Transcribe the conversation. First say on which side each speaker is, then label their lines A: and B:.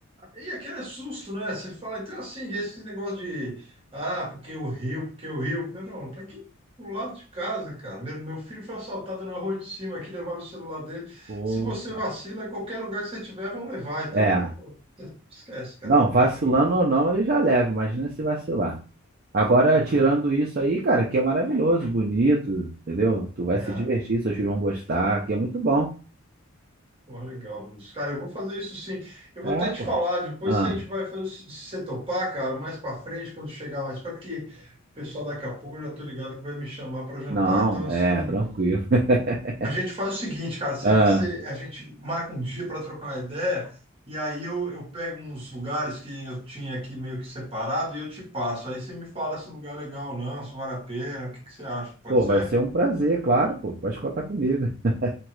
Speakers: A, on the right (about 25°); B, on the right (about 45°).
A: e aquele é susto, né? Você fala, então assim, esse negócio de ah, porque o Rio, porque o Rio, meu irmão, tá aqui do lado de casa, cara. Meu, meu filho foi assaltado na rua de cima aqui, levaram o celular dele.
B: Pô,
A: Se você vacila, qualquer lugar que você tiver, vão levar. Então,
B: é.
A: pô, esquece, cara.
B: Não,
A: Não tem
B: vacilando
A: isso.
B: ou não, ele já leva. Imagina se vacilar. Agora,
A: Aham.
B: tirando isso aí, cara, que é maravilhoso, bonito, entendeu? Tu vai
A: É.
B: se divertir, seus filhos vão gostar, que é muito bom.
A: Pô, legal, Vinícius. Cara, eu vou fazer isso sim. Eu
B: É,
A: vou até
B: pô.
A: te falar, depois
B: Ah,
A: se a gente vai fazer, se você topar, cara, mais pra frente, quando chegar mais, para que o pessoal daqui a pouco eu já tô ligado que vai me chamar para jantar.
B: não,
A: Então, assim,
B: é, tranquilo. <laughs>
A: A gente faz o seguinte, cara, você,
B: Ah,
A: você- a gente marca um dia para trocar uma ideia, e aí eu, eu pego uns lugares que eu tinha aqui meio que separado e eu te passo. Aí você me fala se o lugar é legal ou não, se vale a pena, o que que você acha, pode
B: pô,
A: ser?
B: vai ser um prazer, claro, pô, pode contar comigo. <laughs>